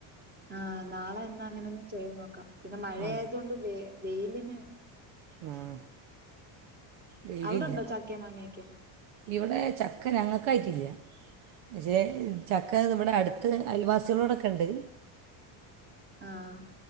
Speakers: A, on the right; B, on the right.
A: ആഹ് നാളെ എന്നാ അങ്ങനെ ഒന്ന് ചെയ്ത് നോക്കാം പിന്നെ മഴ
B: ആ
A: ആയത് കൊണ്ട് വ വെയിലിന്
B: ങ്ങാഹ് വെയില്
A: അവിടുണ്ടോ
B: ഇല്ല
A: ചക്കയും മാങ്ങയൊക്കെ
B: ഇവിടെ ചക്ക ഞ്ഞങ്ങക്കായിട്ട് ഇല്യ പക്ഷേ ചക്ക ദാ ഇബടെ അടുത്ത് അയൽവാസികളോട് ഒക്കെ ഇണ്ട്
A: ആഹ്